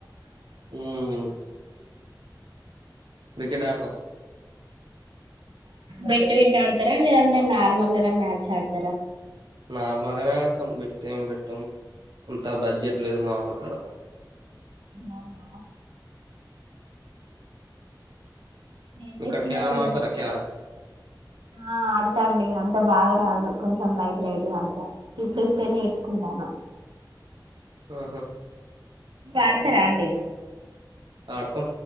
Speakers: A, on the right; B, on the right.
A: మ్మ్ నే అడతాం
B: బెట్ట బట్ ఆడతారా లే న నార్మల్నే మ్యాచ్ ఆడతారా.
A: నార్మల్నే ఆడతాం బెట్టం పెట్టాం. అంత బడ్జెట్ లేదు మాములుక్కడ
B: ఆ ఏం చేస్తున్నారండి
A: ఇక్కడ క్యారం ఆడతారా
B: మరి
A: క్యారం
B: ఆ ఆడతా అండి అంత బాగా రాదు. కొంచెం లైట్ లైట్ ఆడతా ఇప్పుడు ఇప్పుడె నేర్చుకుంటాను.
A: ఆహా
B: పాడతారా అండి.
A: ఆడత